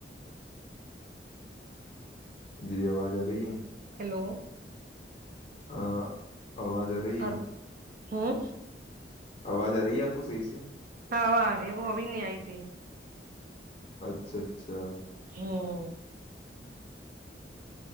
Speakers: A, on the left; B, on the right.
A: جی آواز آ رہی ہے
B: ہیلو
A: <unintelligible> آ رہی
B: اور
A: ہے
B: ہوں
A: آواز آ رہی ہے آپ کو صحیح سے
B: ہاںوارے وہ اب نہیں آئی تھی
A: اچھا اچھا
B: ہاں ہاں